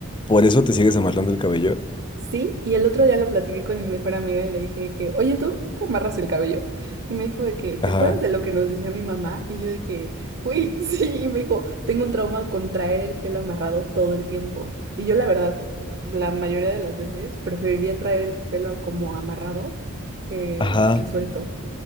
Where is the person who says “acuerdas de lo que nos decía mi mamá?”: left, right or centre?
Right